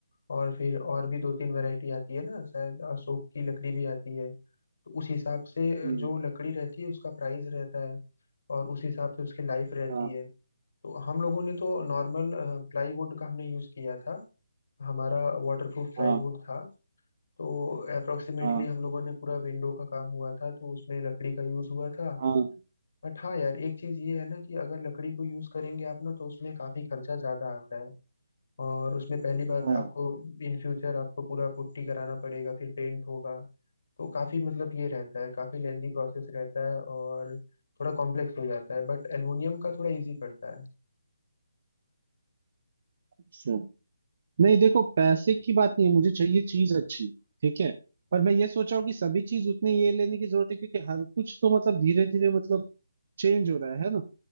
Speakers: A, on the left; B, on the right.
A: और फिर और भी दो तीन वैरायटी आती है ना शायद अशोक की लकड़ी भी आती है तो उस हिसाब से
B: हम्म
A: जो लकड़ी रहती है उसका प्राइस रहता है और उस हिसाब से उसकी लाइफ रहती
B: हाँ
A: है तो हम लोगों ने तो नॉर्मल प्लाईवुड का हमने यूज़ किया था हमारा वाटरप्रूफ प्लाईवुड
B: हाँ
A: था तो अप्रोक्सीमेटली
B: हाँ
A: हम लोगों ने पूरा विंडो का काम हुआ था तो उसमें लकड़ी का यूज़ हुआ था
B: हाँ
A: बट हाँ यार एक चीज़ ये है ना कि अगर लकड़ी को यूज़ करेंगे आप ना तो उसमें काफ़ी खर्चा ज़्यादा आता है और उसमें पहली बात
B: हाँ
A: आपको इन फ्यूचर आपको पूरा पुट्टी कराना पड़ेगा फिर पेंट होगा तो काफ़ी मतलब ये रहता है काफ़ी लेंदी प्रोसेस रहता है और थोड़ा कॉम्प्लेक्स हो जाता है बट एल्युमिनियम का थोड़ा इजी पड़ता है
B: अच्छा। नहीं देखो पैसे की बात नहीं है, मुझे चाहिए चीज अच्छी ठीक है पर मैं ये सोच रहा हूँ कि सभी चीज उतनी ये लेने की जरूरत है क्योंकि हर कुछ तो मतलब धीरे धीरे मतलब चेंज हो रहा है है ना